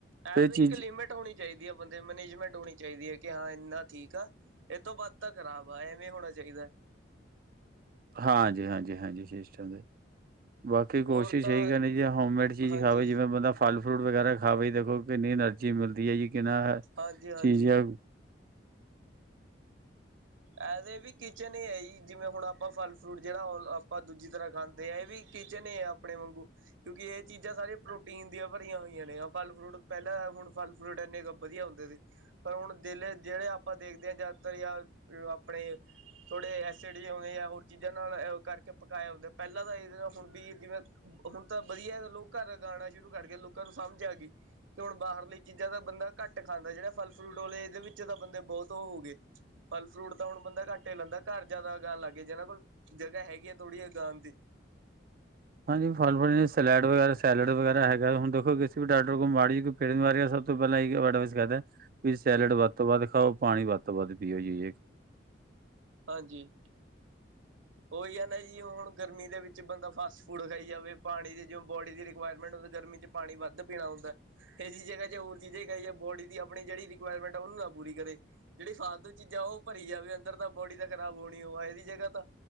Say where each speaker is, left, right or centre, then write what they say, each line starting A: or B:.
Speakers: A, on the right (about 85°); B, on the right (about 45°).
A: ਐ
B: ਇਹ
A: ਤਾਂ ਇੱਕ
B: ਚੀਜ਼
A: ਲਿਮਿਟ ਹੋਣੀ ਚਾਹੀਦੀ ਆ, ਬੰਦੇ ਮੈਨੇਜਮੈਂਟ ਹੋਣੀ ਚਾਹੀਦੀ ਹੈ ਕਿ ਹਾਂ ਇੰਨਾ ਠੀਕ ਆ ਇਹ ਤੋਂ ਵੱਧ ਤਾਂ ਖ਼ਰਾਬ ਆ ਐਵੇਂ ਹੋਣਾ ਚਾਹੀਦਾ
B: ਹਾਂਜੀ ਹਾਂਜੀ ਹਾਂਜੀ ਸ਼ੈਸ਼ਟ ਦੇ ਬਾਕੀ ਕੋਸ਼ਿਸ਼
A: ਹੋਰ ਤਾਂ
B: ਇਹੀ ਕਰਨੀ ਜੀ ਹੋਮੇਡ ਚੀਜ਼
A: ਹਾਂਜੀ
B: ਖਾਵੇ, ਜਿਵੇਂ ਬੰਦਾ ਫਲ ਫਰੂਟ ਵਗੈਰਾ ਖਾਵੇ, ਦੇਖੋ ਕਿੰਨੀ ਐਨਰਜੀ ਮਿਲਦੀ ਹੈ ਜੀ ਕਿੰਨਾ
A: ਹਾਂਜੀ ਹਾਂਜੀ
B: ਚੀਜ਼ ਆ
A: ਇਹ ਵੀ ਕਿਚਨ ਹੈ ਜੀ, ਜਿਵੇਂ ਹੁਣ ਆਪਾਂ ਫਲ ਫਰੂਟ ਜਿਹੜਾ ਉਹ ਆਪਾਂ ਦੂਜੀ ਤਰ੍ਹਾਂ ਖਾਂਦੇ ਹਾਂ ਇਹ ਵੀ ਕਿਚਨ ਆ ਆਪਣੇ ਵਾਂਗੂ ਕਿਉਂਕਿ ਇਹ ਚੀਜ਼ਾਂ ਸਾਰੇ ਪ੍ਰੋਟੀਨ ਦੀਆਂ ਭਰੀਆਂ ਹੋਈਆਂ ਨੇ, ਫਰੂਟ ਪਹਿਲਾਂ ਹੁਣ ਫਲ ਫਰੂਟ ਇੰਨੇ ਗੱ ਵਧੀਆ ਹੁੰਦੇ ਸੀ, ਪਰ ਹੁਣ ਜੇ ਜਿਹੜੇ ਆਪਾਂ ਦੇਖਦੇ ਆਂ, ਜ਼ਿਆਦਾਤਰ ਜਾਂ ਆਪਣੇ ਥੋੜੇ ਐਸਿਡ ਜ ਆਉਂਦੇ ਆ, ਹੋਰ ਚੀਜ਼ਾਂ ਨਾਲ ਕਰਕੇ ਪਕਾਇਆ ਹੁੰਦਾ ਪਹਿਲਾਂ ਤਾਂ ਇਹਦੇ ਨਾਲ ਹੁਣ ਵੀ ਜਿਵੇਂ ਹੁਣ ਤਾਂ ਵਧੀਆ ਲੋਕ ਘਰ ਲਗਾਣਾ ਸ਼ੁਰੂ ਕਰਕੇ, ਲੋਕਾਂ ਨੂੰ ਸਮਝ ਆ ਗਈ ਕਿ ਹੁਣ ਬਾਹਰਲੀ ਚੀਜ਼ਾਂ ਤਾਂ ਬੰਦਾ ਘੱਟ ਖਾਂਦਾ, ਜਿਹੜਾ ਫਲ ਫਰੂਟ ਵਾਲਲੇ ਇਹਦੇ ਵਿੱਚ ਤਾਂ ਬੰਦੇ ਬਹੁਤ ਉਹ ਹੋ ਗਏ ਫਲ ਫਰੂਟ ਤਾਂ ਹੁਣ ਬੰਦਾ ਘੱਟ ਹੀ ਲਾਂਦਾ, ਘਰ ਜ਼ਿਆਦਾ ਉਗਾਉਣ ਲਗ ਗਏ ਜਿਨਾਂ ਕੋਲ ਜਗ੍ਹਾਹ ਹੈਗੀ ਆ ਥੋੜੀ ਉਗਾਉਣ ਦੀ
B: ਹਾਂਜੀ ਫਲ ਫੁਲ ਜ ਸਲੈਡ ਵਗੈਰਾ ਸੈਲਡ ਵਗੈਰਾ ਹੈਗਾ ਹੁਣ ਦੇਖੋ ਕਿਸੇ ਵੀ ਡਾਕਟਰ ਕੋਲ ਮਾੜੀ ਪੀੜਨ ਵਾ ਰੀ ਯਾ ਸਭ ਤੋਂ ਪਹਿਲਾਂ ਏ ਹੀ ਐਡਵਾਇਸ ਕਰਦਾ ਐ ਵੀ ਸੈਲਡ ਵੱਧ ਤੋਂ ਵੱਧ ਖਾਓ, ਪਾਣੀ ਵੱਧ ਤੋਂ ਵੱਧ ਪੀਓ ਜੀ
A: ਹਾਂਜੀ ਉਹੀ ਹੈ ਨਾ ਜੀ, ਹੁਣ ਗਰਮੀ ਦੇ ਵਿੱਚ ਬੰਦਾ ਫਾਸਟ ਫੂਡ ਖਾਈ ਜਾਵੇ, ਪਾਣੀ ਦੀ ਜ ਬੋਡੀ ਦੀ ਰਿਕੁਆਇਰਮੈਂਟ ਗਰਮੀ ਵਿੱਚ ਪਾਣੀ ਵੱਧ ਪੀਣਾ ਹੁੰਦਾ ਇਸ ਜਗ੍ਹਾਹ ਚ ਹੋਰ ਚੀਜ਼ ਹੀ ਖਾਈ ਜਾਏ, ਬੋਡੀ ਦੀ ਆਪ ਜਿਹੜੀ ਰਿਕੁਆਇਰਮੈਂਟ ਹੈ ਉਹਨੂੰ ਨਾ ਪੂਰੀ ਕਰੇ ਜਿਹੜੀ ਫਾਲਤੂ ਚੀਜ਼ਾਂ ਉਹ ਭਰੀ ਜਾਵੇ ਅੰਦਰ, ਤਾਂ ਬੋਡੀ ਤਾਂ ਖਰਾਬ ਹੋਣੀ ਉਹਾ ਇਹਦੀ ਜਗ੍ਹਾਹ ਤਾਂ